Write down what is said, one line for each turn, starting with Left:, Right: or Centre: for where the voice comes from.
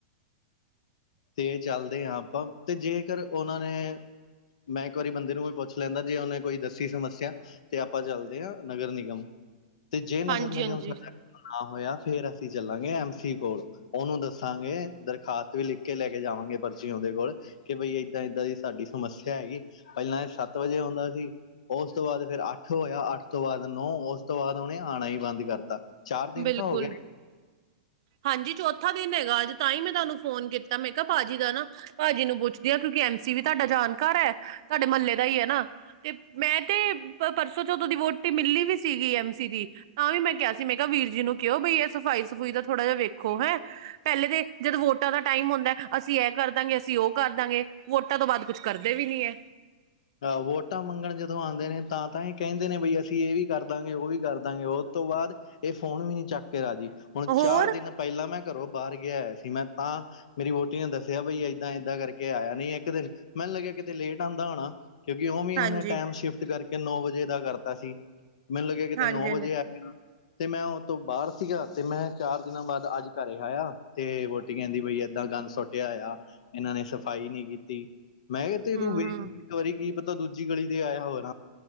Left: ਤੇ ਚੱਲਦੇ ਹਾਂ ਆਪਾਂ, ਤੇ ਜੇਕਰ ਉਹਨਾਂ ਨੇ ਮੈਂ ਇੱਕ ਵਾਰੀ ਬੰਦੇ ਨੂੰ ਕੋਈ ਪੁੱਛ ਲੈਂਦਾ ਜੇ ਉਹਨੇ ਕੋਈ ਦੱਸੀ ਸਮੱਸਿਆ। ਤੇ ਆਪਾਂ ਚੱਲਦੇ ਹਾਂ ਨਗਰ ਨਿਗਮ ਤੇ। ਜੇ
Right: ਹਾਂਜੀ
Left: ਨਗਰ ਨਿਗਮ
Right: ਹਾਂਜੀ
Left: ਸਾਡ ਨਾ ਹੋਇਆ ਫੇਰ ਅਸੀਂ ਚੱਲਾਂਗੇ ਐਮ ਸੀ ਕੋਲ ਉਹਨੂੰ ਦੱਸਾਂਗੇ। ਦਰਖਾਸਤ ਵੀ ਲਿਖ ਕੇ ਲੈ ਕੇ ਜਾਵਾਂਗੇ ਪਰਚੀ ਉਹਦੇ ਕੋਲ ਕਿ ਬਈ ਏਦਾਂ- ਏਦਾਂ ਦੀ ਸਾਡੀ ਸਮੱਸਿਆ ਹੈਗੀ। ਪਹਿਲਾਂ ਇਹ ਸੱਤ ਵਜੇ ਆਉਂਦਾ ਸੀ। ਉਸ ਤੋਂ ਬਾਅਦ ਫਿਰ ਅੱਠ ਹੋਇਆ। ਅੱਠ ਤੋਂ ਬਾਅਦ ਨੌ। ਉਸ ਤੋਂ ਬਾਅਦ ਉਹਨੇ ਆਉਣਾ ਹੀ ਬੰਦ ਕਰਤਾ। ਚਾਰ ਦਿਨ
Right: ਬਿਲਕੁਲ,
Left: ਤਾਂ ਹੋ ਗਏ
Right: ਹਾਂਜੀ। ਚੌਥਾ ਦਿਨ ਹੈਗਾ ਅੱਜ ਤਾਂ ਹੀ ਮੈਂ ਤੁਹਾਨੂੰ ਫੋਨ ਕੀਤਾ ਮੈਂ ਕਿਹਾ ਭਾਜੀ ਦਾ ਨਾ, ਭਾਜੀ ਨੂੰ ਪੁੱਛ ਕਿਉਂਕਿ ਐਮ ਸੀ ਵੀ ਤੁਹਾਡਾ ਜਾਣਕਾਰ ਹੈ। ਤੁਹਾਡੇ ਮਹੱਲੇ ਦਾ ਹੀ ਹੈ ਨਾ। ਤੇ ਮੈਂ ਤੇ, ਪਰਸੋਂ ਚ' ਉਦੋਂ ਦੀ ਵੋਟੀ ਮਿਲੀ ਵੀ ਸੀਗੀ ਐਮ ਸੀ ਦੀ। ਤਾਂ ਵੀ ਮੈਂ ਕਿਹਾ ਸੀ ਮੈਂ ਤਾਂ ਵੀਰ ਜੀ ਨੂੰ ਕਿਹੋ ਬਈ ਇਹ ਸਫ਼ਾਈ ਸਫ਼ੂਈ ਦਾ ਥੋੜ੍ਹਾ ਜਿਹਾ ਵੇਖੋ ਹੈਂ ਪਹਿਲੇ ਦੇ ਜਦੋਂ ਵੋਟਾਂ ਦਾ ਟਾਈਮ ਹੁੰਦਾ ਅਸੀਂ ਇਹ ਕਰ ਦਾਂਗੇ ਅਸੀਂ ਉਹ ਕਰ ਦਾਂਗੇ ਵੋਟਾਂ ਤੋਂ ਬਾਅਦ ਕੁਛ ਕਰਦੇ ਵੀ ਨੀ ਐ।
Left: ਵੋਟਾਂ ਮੰਗਣ ਜਦੋਂ ਆਉਂਦੇ ਨੇ ਤਾਂ ਤਾਂ ਇਹ ਕਹਿੰਦੇ ਨੇ ਬਈ ਅਸੀਂ ਇਹ ਵੀ ਕਰ ਦਾਂਗੇ ਉਹ ਵੀ ਕਰ <unintelligible> ਉਹ ਤੋਂ ਬਾਅਦ ਇਹ ਫੋਨ ਵੀ ਨੀ ਚੱਕ ਕੇ ਰਾਜੀ ਹੁਣ
Right: ਹੋਰ
Left: ਚਾਰ ਦਿਨ ਪਹਿਲਾਂ ਮੈਂ ਘਰੋਂ ਬਾਹਰ ਗਿਆ ਹੋਇਆ ਸੀ ਮੈਂ ਤਾਂ ਮੇਰੀ ਵੋਟੀ ਨੇ ਦੱਸਿਆ ਬਈ ਏਦਾਂ ਏਦਾਂ ਕਰਕੇ ਆਇਆ ਨਹੀਂ ਇੱਕ ਦਿਨ ਮੈਨੂੰ ਲੱਗਿਆ ਕਿਤੇ ਲੇਟ ਆਂਦਾ ਹੋਣਾ। ਕਿਉਂਕਿ ਓਮੇ
Right: ਹਾਂਜੀ
Left: ਉਹਨੇ ਟਾਈਮ ਸ਼ਿਫਟ ਕਰਕੇ ਨੌ ਵਜੇ ਦਾ ਕਰਤਾ ਸੀ ਮੈਨੂੰ ਲੱਗਿਆ ਕਿਤੇ
Right: ਹਾਂਜੀ
Left: ਨੌ
Right: ਹਾਂਜੀ
Left: ਵਜੇ ਆਏਗਾ। ਤੇ ਮੈਂ ਉਹ ਤੋਂ ਬਾਹਰ ਸੀਗਾ ਤੇ ਮੈਂ ਚਾਰ ਦਿਨਾਂ ਬਾਅਦ ਅੱਜ ਘਰੇ ਆਇਆ ਤੇ ਵੋਟੀ ਕਹਿੰਦੀ ਬਈ ਏਦਾਂ ਗੰਦ ਸੁੱਟਿਆ ਹੋਇਆ। ਇਹਨਾਂ ਨੇ ਸਫ਼ਾਈ ਨੀ ਕੀਤੀ ਮੈਂ ਕਿਹਾ
Right: ਹਮ
Left: ਤੂੰ ਵੇਟ
Right: ਹਮ
Left: ਇੱਕ ਵਾਰੀ ਕੀ ਪਤਾ ਦੂਜੀ ਗਲੀ ਤੇ ਆਇਆ ਹੋਰ